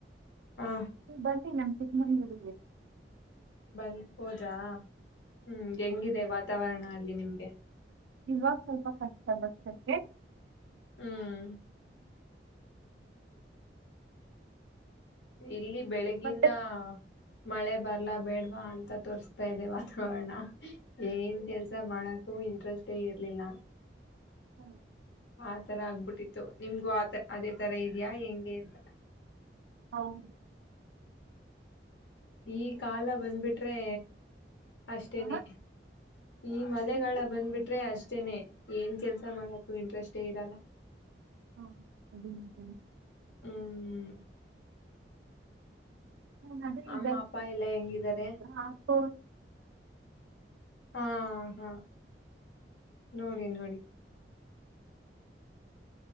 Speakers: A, on the left; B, on the right.
A: ಹಾ
B: ನೀ ಬಂದೀ ನಮ. ಕ ಮಗೆ.
A: ಬಂದ ಹೋದ್ರಾ. ಹ್ಮ್ ಹೆಂಗಿದೆ ವಾತಾವರಣ ಅಲ್ಲಿ ನಿಮ್. <unintelligible>
B: ಇವಾಗ ಸ್ವಲ್ಪ ರ್ಚ ಬತಕ್ಕೆ.
A: ಹ್ಮ್. ಇಲ್ಲಿ ಬೆಳಗ್ಗಿಂದ
B: ಮತ್ತೆ
A: ಮಳೆ ಬರ್ಲಾ ಬೇಡ್ವಾ ಅಂತ ತೋರ್ಸ್ತಾ ಇದೆ ವಾತಾವರಣ ಏನ್ ಕೆಲ್ಸ ಮಾಡಕು ಇಂಟ್ರೆಸ್ೇ ಇರ್ಲಿಲ್ಲ
B: ಹ್ಮ್
A: ಆ ತರ ಆಗ್ಬಿಟ್ಟಿತ್ತು ನಿಮ್ಗೂ ಆತ ಅದೇ ತರ ಇದ್ಯಾಾ ಹೆಂಗೆ ಅಂತ.
B: ಹೌದು.
A: ಈ ಕಾಲ ಬಂದ್ಬಿಟ್ರೆ ಅಷ್ಟೇನೆ
B: ಹಾ
A: ಈ ಮಳಗಳ
B: ಏನಂದ್ರಿ?
A: ಬಂದ್ಬಿಟ್ರೆ ಅಷ್ಟೆ. ಅಷ್ಟೇನೆ ಏನ್ ಕೆಲ್ಸ ಮಾಡಕು ಇಂಟ್ರೆಸ್ಟೇ ಇರಲ್ಲ.
B: ಹಾ ಅದುದನೆ.
A: ಹ್ಮ್
B: ನ ಅದೇ ಈ
A: ಅಮ್ಮ
B: ಬ
A: ಅಪ್ಪ ಎಲ್ಲಾ ಹೆಂಗಿದ್ದಾರೆ.
B: ಆತ.
A: ಹಾ ಹಾ ನೋಡಿ ನೋಡಿ.